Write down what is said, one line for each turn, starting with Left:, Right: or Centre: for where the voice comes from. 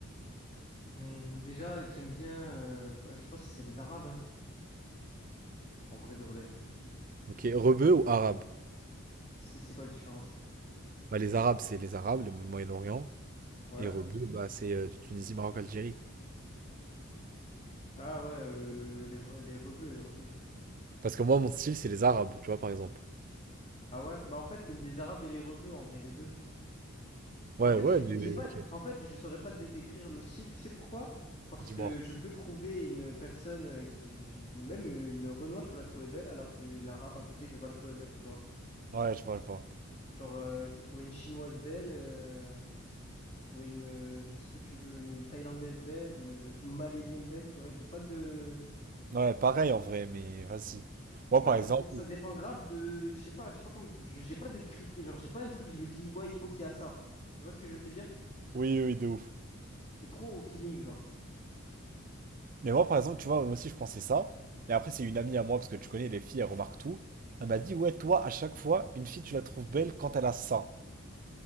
Left: Hum, déjà, j'aime bien. euh, bah, je pense que c'est les Arabes, hein, en vrai de vrai.
Right: Ok, rebeu ou arabe?
Left: C'est c'est quoi la différence?
Right: Bah, les arabes, c'est les arabes, le Moyen-Orient,
Left: Ouais.
Right: et rebeu, bah, c'est euh, Tunisie, Maroc, Algérie.
Left: Ah ouais, euh, les, re- les rebeux, les rebeux.
Right: Parce que moi, mon style, c'est les arabes, tu vois, par exemple.
Left: Ah ouais? Bah en fait, les Arabes et les rebeux, en vrai, les deux.
Right: Ouais,
Left: En fait,
Right: ouais,
Left: j'ai
Right: des-
Left: j'ai pas,
Right: ok.
Left: en fait, je saurais pas te décrire le style, tu sais pourquoi? Parce
Right: Dis-moi.
Left: que je peux trouver une personne euh, qui, même une Renoir, je peux la trouver belle, alors qu'une Arabe à côté, je vais pas la trouver belle, tu vois.
Right: Ouais, je vois, je vois.
Left: Genre, euh, je peux trouver une Chinoise belle, euh, je peux trouver une, euh, ce que tu veux, une, une Thaïlandaise belle, une Malaisienne belle, tu vois. J'ai pas de,
Right: Ouais, pareil en vrai, mais vas-y. Moi,
Left: en fait,
Right: par exemple,
Left: ça, dé- ça
Right: oui,
Left: dépend grave de, je sais pas, je sais pas comment, je- j'ai pas de critères, genre, j'ai pas un truc, je me dis, ouais, il faut qu'il y a ça. Tu vois ce que je veux te dire?
Right: oui, oui, de ouf.
Left: C'est trop au feeling, genre,
Right: Mais moi, par exemple, tu vois, moi aussi, je pensais ça. Mais après, c'est une amie à moi, parce que tu connais les filles, elles remarquent tout. Elle m'a dit, ouais, toi, à chaque fois, une fille, tu la trouves belle quand elle a ça.